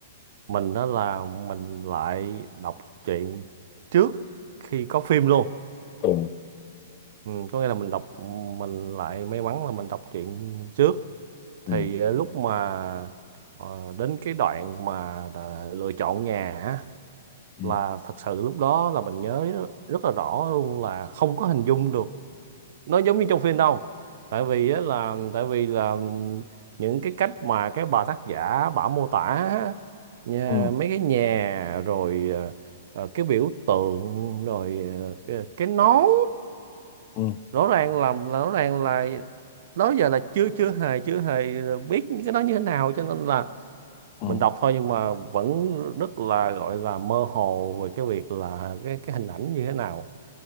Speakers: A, on the right; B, on the left.
A: mình đó là mình lại đọc truyện trước khi có phim luôn
B: ừ,
A: ừ, có nghĩa là mình đọc mình lại may mắn là mình đọc truyện trước thì
B: ừ,
A: ờ, lúc mà ờ, đến cái đoạn mà đã lựa chọn nhà á,
B: ừ,
A: là thật sự lúc đó là mình nhớ rất là rõ luôn là không có hình dung được nó giống như trong phim đâu tại vì á là tại vì là những cái cách mà cái bà tác giả bà mô tả á, nhà,
B: ừ,
A: mấy cái nhà rồi ờ, ờ, cái biểu tượng rồi ờ, cái, cái nón
B: ừ.
A: rõ ràng là là- rõ ràng là đó giờ là chưa chưa hề chưa hề biết những cái đó như thế nào cho nên là
B: Ừ.
A: mình đọc thôi nhưng mà vẫn rất là gọi là mơ hồ về cái việc là cái cái hình ảnh như thế nào